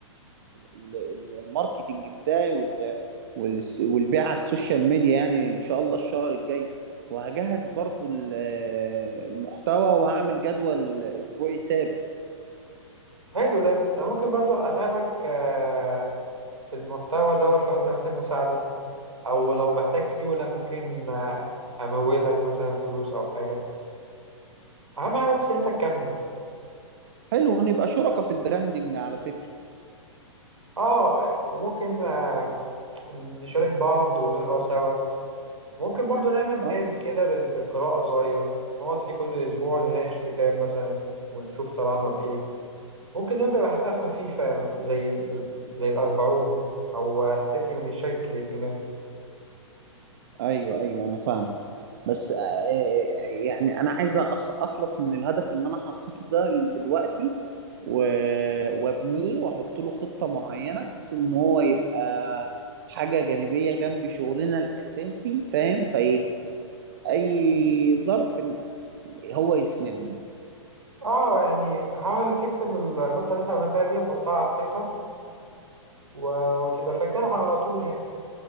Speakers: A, on the right (about 45°); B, on the right (about 75°).
A: ال- ال- الماركتينج بتاعي وال... وال... والبيع على السوشيال ميديا يعني إن شاء الله الشهر الجاي وهجهز برضو ال- المحتوى وهعمل جدول أسبوعي ثابت
B: حلو ده انا ممكن برضو اساعدك آه، في المحتوى دوت لو انت محتاج مساعدة او لو محتاج سيولة ممكن آه، امولك مثلا فلوس او حاجة اهم حاجة بس ان انت تكمل
A: حلو ونبقى شركاء في البراندنج على فكرة
B: اه وممكن آه، نشارك بعض ونقرا سوا ممكن برضو نعمل
A: أه
B: نادي كده للقراءة صغير نقعد فيه كل اسبوع نناقش كتاب مثلا ونشوف طلعنا بايه ممكن نبدأ بحاجة خفيفة زي ال- زي الأربعون أو رحلتي من الشرك للإيمان
A: أيوه أيوه أنا فاهم بس آه، آه، يعني انا عايز أخ- اخلص من الهدف اللي انا حطيته ده دلوقتي و- وابنيه واحط له خطة معينة بحيث ان هو يبقى حاجة جانبية جنب شغلنا الاساسي فاهم في اي ظرف إن هو يسندنا
B: اه يعني حاول تكتب الخطة اللي انت عملتها دي وحطها على الحيطة و... وتبقى فاكرها على طول يعني